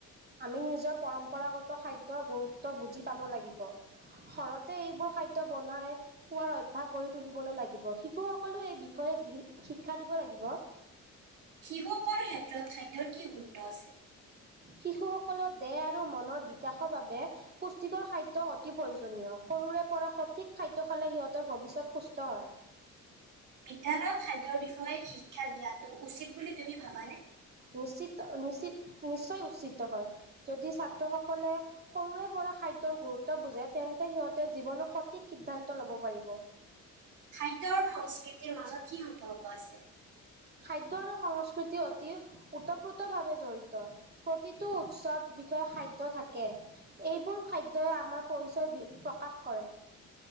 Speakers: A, on the right (about 30°); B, on the right (about 75°).
A: আমি নিজৰ পৰম্পৰাগত খাদ্যৰ গুৰুত্ব বুজি পাব লাগিব। ঘৰতে এইবোৰ খাদ্য বনাই খোৱাৰ অভ্যাস গঢ়ি তুলিবলৈ লাগিব, শিশুসকলো এই বিষয়ে গি শিক্ষা দিব লাগিব।
B: শিশুসকলৰ ক্ষেত্ৰত খাদ্যৰ কি গুৰুত্ব আছে?
A: শিশুসকলৰ দেহ আৰু মনৰ বিকাশৰ বাবে পুষ্টিকৰ খাদ্য অতি প্ৰয়োজনীয়, সৰুৰে পৰা সঠিক খাদ্য খালে সিহঁতৰ ভৱিষ্যত সুস্থ হয়।
B: বিদ্যালয়ত খাদ্যৰ বিষয়ে শিক্ষা দিয়াটো উচিত বুলি তুমি ভাবানে?
A: নিশ্চিত, নিশ্চিত, নিশ্চয় উচিত হয়, যদি ছাত্ৰ সকলে সৰুৰে পৰা খাদ্যৰ গুৰুত্ব বুজে তেন্তে সিহঁতে জীৱন সঠিক সিদ্ধান্ত ল'ব পাৰিব।
B: খাদ্য আৰু সংস্কৃতিৰ মাজত কি সম্পৰ্ক আছে?
A: খাদ্য আৰু সংস্কৃতি অতি ওতঃপ্ৰোতভাৱে জড়িত। প্ৰতিটো উৎসৱ বিষয়ে খাদ্য থাকে। এইবোৰ খাদ্যই আমাৰ পৰিচয় বি প্ৰকাশ কৰে।